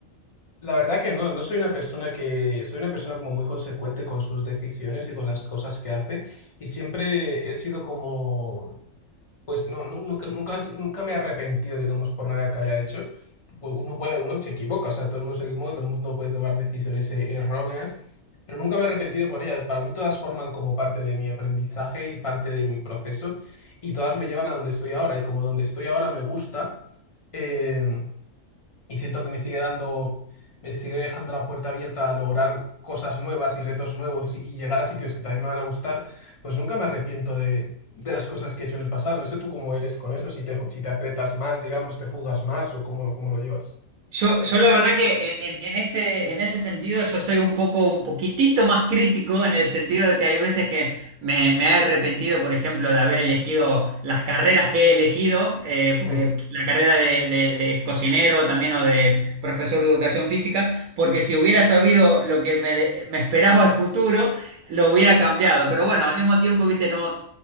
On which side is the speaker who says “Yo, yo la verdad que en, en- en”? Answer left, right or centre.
Right